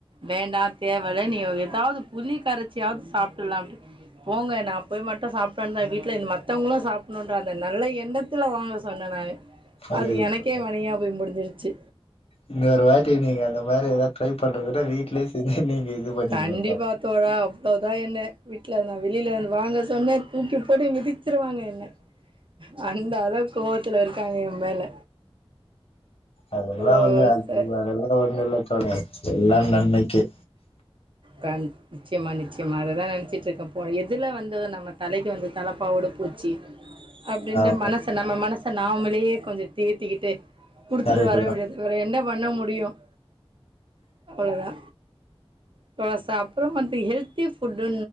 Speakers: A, on the right; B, on the left.
A: வேண்டாம் தேவயில்லை நீ ஏதாவது புளி கரைச்சியாவது சாப்பிடலாம் அப்படி போங்க நா போய் மட்டும் சாப்பிட்டு வந்தா வீட்டுல இந்த மத் மத்தவுங்களும் சாப்பிடணும்ன்ற அந்த நல்ல எண்ணத்துல வாங்க சொன்ன நானு
B: புரியுது
A: அது எனக்கே
B: தோழர்
A: வெனையா போய் முடிஞ்சிருச்சு
B: இன்னொரு வாட்டி நீங்க அந்த மாரி ஏதாவது ட்ரை பண்றத விட்டுஸ வீட்லயே செஞ்சு நீங்க இது பண்ணிக்கங்க
A: கண்டிப்பா
B: தோழர்
A: தோழா அவ்வளவுதா என்ன வீட்ல இருதான் வெளியில இருந்து வாங்க சொன்ன தூக்கி போட்டு மிதிச்சிருவாங்க என்ன அந்த அளவுக்கு கோவத்துல இருக்காங்க என் மேல
B: அதெல்லாம்
A: ஓ
B: ஒன்னு அதெல்லாம்
A: சார்
B: ஒன்னும் இல்ல தோழி எல்லாம் நன்மைக்கே
A: கண் ச்சி மன்னிச்சி இனிம அததா நினைச்சிட்டு இருக்கேன் போ எதுல வந்து நம்ம தலைக்கு வந்து தலைப்பாவோடு போச்சி அப்டின்ட்டு
B: ஆமா
A: மனச நம்ம மனச நாமளே கொஞ்சம் தேத்திக்கிட்டு குடுத்துட்டு
B: கரெக்ட்
A: வர
B: தா
A: முடியாது இவர என்ன பண்ண முடியும் அவ்வளோதா இப்ப சாப்புட்றோம் வந்து ஹெல்த்தி ஃபுட்டு